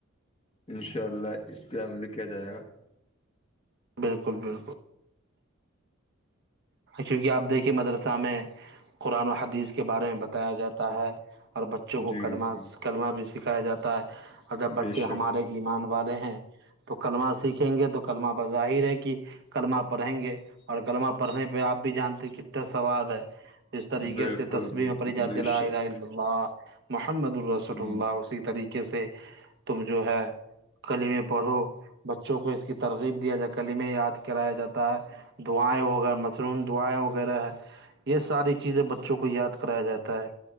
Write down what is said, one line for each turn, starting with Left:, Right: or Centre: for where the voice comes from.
Left: ان شاء اللہ اس پہ عمل کیا جائے گا
Right: بالکل بالکل چونکہ آپ دیکھیے مدرسہ میں قرآن و حدیث کے بارے میں بتایا جاتا ہے اور بچوں کو
Left: جی
Right: کلمہ
Left: جی
Right: کلمہ بھی سکھایا جاتا ہے اور جب
Left: بے
Right: بچے
Left: شک
Right: ہمارے ایمان والے ہیں تو کلمہ سیکھیں گے تو کلمہ بظاہر ہے کہ کلمہ پڑھیں گے اور کلمہ پڑھنے پہ آپ بھی جانتے کتنا سوال ہے اس طریقے
Left: بالکل
Right: سے تصویرح
Left: بالکل
Right: میں پڑلی جاتی
Left: بے
Right: ہے
Left: شک
Right: اللہ محمد الرسول
Left: جی
Right: اللہ اسی طریقے سے تم جو ہے کلیمے پڑھو بچوں کو اس کی ترغیب دیا جائے کلیمے یاد کرایا جاتا ہے دعائیں ہو گا مشروم دعائیں وغیرہ ہے یہ ساری چیزیں بچوں کو یاد کرایا جاتا ہے